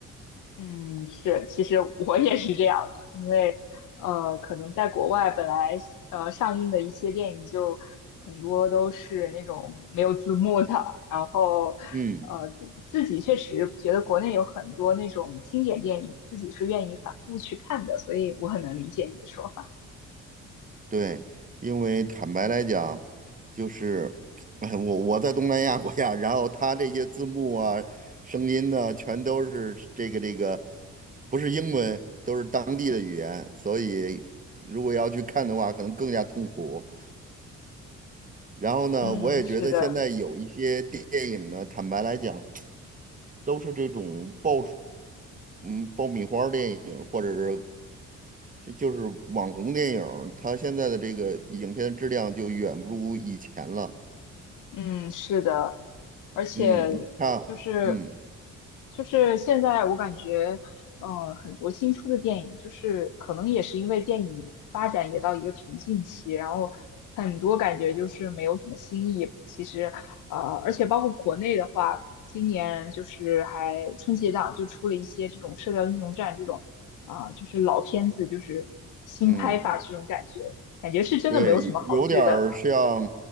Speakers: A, on the left; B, on the right.
A: 嗯，是，其实我也是这样的，因为呃，可能在国外本来呃上映的一些电影就很多都是那种没有字幕的，然后呃自自己确实觉得国内有很多那种经典电影，
B: 嗯，
A: 自己是愿意反复去看的，所以我很能理解你的说法。
B: 对，因为坦白来讲，就是 <tsk> 哎，我我在东南亚国家，然后他这些字幕啊、声音呢，全都是这个这个，不是英文，都是当地的语言，所以如果要去看的话，可能更加痛苦。然后呢，
A: 嗯，
B: 我也觉得现在有一些电影呢，
A: 是的。
B: 坦白来讲，都是这种爆，嗯，爆米花儿电影，或者是这就是网红电影儿，它现在的这个影片质量就远不如以前了。
A: 嗯，是的，而且就是
B: 嗯，你看，嗯
A: 就是现在我感觉，呃，很多新出的电影，就是可能也是因为电影发展也到一个瓶颈期，然后很多感觉就是没有什么新意。其实，呃，而且包括国内的话，今年就是还春节档就出了一些这种《射雕英雄传》这种，啊、就是老片子，就是新拍法这种感觉，
B: 嗯，
A: 感觉是真的没有什么好剧本了。
B: 对，有点儿像